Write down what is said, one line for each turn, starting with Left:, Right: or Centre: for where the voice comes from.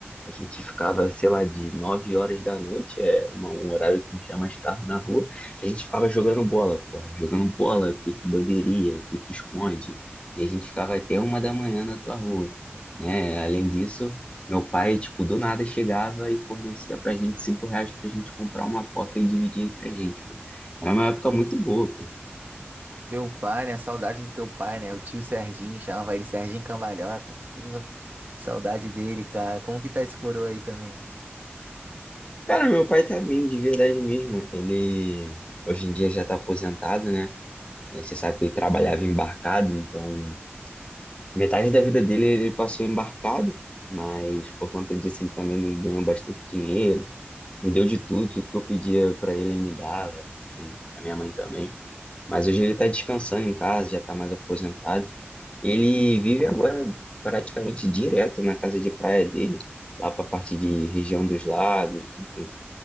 Left: a gente ficava, sei lá, de 9 horas da noite, é uma- um horário que não tinha mais carro na rua, a gente ficava jogando bola, porra, jogando bola, pique bandeirinha, pique esconde, e a gente ficava até uma da manhã na tua rua, né, além disso, meu pai, tipo, do nada chegava e fornecia pra gente cinco reais pra gente comprar uma coca e dividir entre a gente, pô. Era uma época muito boa, pô.
Right: Teu pai, né? Saudade do teu pai, né? O tio Serginho, chamava ele Serginho Cambalhota. Porra, saudade dele, cara. Como que tá esse coroa aí também?
Left: Cara, meu pai tá bem, de verdade mesmo. Ele hoje em dia já tá aposentado, né? É, Você sabe que ele trabalhava embarcado, então metade da vida dele ele passou embarcado, mas por conta disso ele também ganhou bastante dinheiro, me deu de tudo, tudo que eu pedia pra ele, ele me dava, enfim, pra minha mãe também. Mas hoje ele tá descansando em casa, já tá mais aposentado. Ele vive agora praticamente direto na casa de praia dele, lá pra parte de região dos lagos, enfim.